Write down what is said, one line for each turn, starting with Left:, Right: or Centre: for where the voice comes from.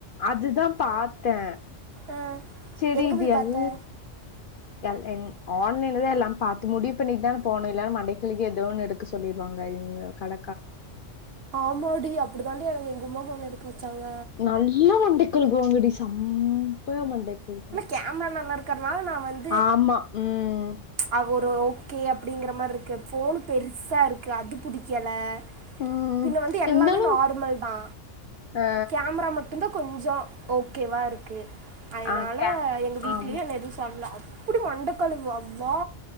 Left: அதுதா பாத்தே
Right: ஆ
Left: செரி
Right: எங்கே
Left: இது
Right: போய் பார்த்த
Left: எல் எல் என் ஆன்லைன்ல தா எல்லா பாத்து முடிவ் பண்ணிட்டு தான போனே இல்லனா மண்டையக்கழுவி ஏதோ ஒன்னு எடுக்க சொ ல்லிருவாங்க இவ்ங்க கட
Right: ஆமாடி அப்டி தா டி எனக்கு எங்கொம்மா ஃபோன்ன எடுக்க வச்சாங்க
Left: நல்லா மண்டைக்கழுகுவாங்க டி சம் பய மண்டைய கழுவாங்
Right: கேம்மர் நல்லா இருக்கறனால நா வந்
Left: ஆமா உம்
Right: அகு ஒரு ஓகே அப்டிங்கற மாரி இருக்கு ஃபோன்னு பெருசா இருக்கு அது புடிக்கல்ல
Left: ம்
Right: பின்ன வந்து எல்லாமே
Left: இருந்தாலு
Right: நார்மல் தா
Left: ஆ
Right: கேம்ரா மட்டுதா கொஞ்சோ ஓகேவா இருக்கு அய்னால
Left: ஆ கே
Right: எங்க வீட்லயு
Left: ஆமா
Right: என்ன எது தொல்ல அப்டி மண்டக்கழுவா அவ்வா